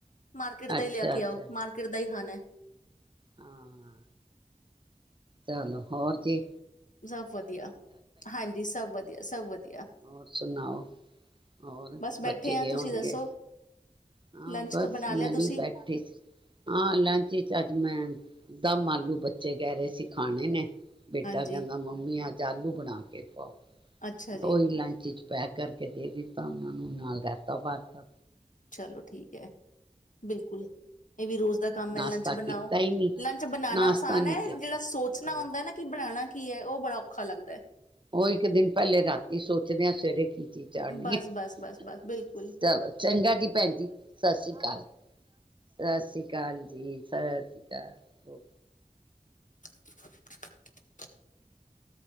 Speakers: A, on the left; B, on the right.
A: ਮਾਰਕੀਟ ਦਾ
B: ਅੱਛਾ
A: ਹੀ ਲੈ ਕੇ
B: ਅੱਛਾ।
A: ਆਓ ਮਾਰਕੀਟ ਦਾ ਹੀ ਖਾਣਾ ਹੈ
B: ਹਾਂ ਚਲੋ ਹੋਰ ਕਿ
A: ਸਭ ਵਧੀਆ ਹਾਂਜੀ ਸਭ ਵਧੀਆ ਸਭ ਵਦੀਆ
B: ਹੋਰ ਸੁਣਾਓ ਹੋਰ
A: ਬਸ ਬੈਠੇ
B: ਬੱਚੇ
A: ਆ
B: ਗਏ
A: ਤੁਸੀਂ
B: ਹੋਣਗੇ
A: ਦੱਸੋ
B: ਹਾਂ
A: ਲੰਚ
B: ਬਸ
A: ਕ ਬਣਾ
B: ਮੈਂ
A: ਲਿਆ ਤੁਸੀਂ
B: ਵੀ ਬੈਠੀ ਹਾਂ ਲੰਚ ਚ ਅੱਜ ਮੈਂ ਦਮ ਆਲੂ ਬੱਚੇ ਕਹਿ ਰਹੇ ਸੀ ਖਾਣੇ ਨੇ ਬੇਟਾ
A: ਹਾਂਜੀ
B: ਕਹਿੰਦਾ ਮੰਮੀ ਅਜ ਆਲੂ ਬਣਾ ਕੇ ਖਵਾਓ
A: ਅੱਛਾ ਜੀ
B: ਓਹੀ ਲੰਚ ਚ ਪੈਕ ਕਰਕੇ ਦੇ ਦਿੱਤਾ ਉਹਨਾਂ ਨੂੰ ਨਾਲ ਰਾਇਤਾ ਪਤਾ
A: ਚਲੋ ਠੀਕ ਹੈ ਬਿਲਕੁਲ ਇਹ ਵੀ ਰੋਜ਼ ਦਾ ਕੰਮ
B: ਨਾਸ਼ਤਾ
A: ਐ ਲੰਚ
B: ਕੀਤਾ
A: ਬਣਾਓ
B: ਹੀ ਨਹੀਂ
A: ਲੰਚ ਬਣਾਉਣਾ
B: ਨਾਸ਼ਤਾ
A: ਆਸਾਨ
B: ਨਹੀਂ
A: ਐ
B: ਕੀਤਾ
A: ਜਿਹੜਾ ਸੋਚਣਾ
B: ਹਾਂ
A: ਹੁੰਦਾ ਨਾ ਕਿ ਬਣਾਣਾ ਕੀ ਐ। ਉਹ ਬੜਾ ਔਖਾ ਲੱਗਦੇ।
B: ਉਹ ਇੱਕ ਦਿਨ ਪਹਿਲੇ ਰਾਤੀ ਸੋਚਦੇ ਆ ਸਵੇਰੇ ਕੀ ਚੀਜ਼ <unintelligible>
A: ਬਸ, ਬਸ, ਬਸ, ਬਸ ਬਿਲਕੁਲ
B: ਚਲੋ ਚੰਗਾ ਜੀ ਭੈਣ ਜੀ ਸਤਿ ਸ੍ਰੀ ਅਕਾਲ ਸਤਿ ਸ੍ਰੀ ਅਕਾਲ ਜੀ ਸਤਿ ਸ੍ਰੀ ਅਕਾਲ।
A: <inaudible>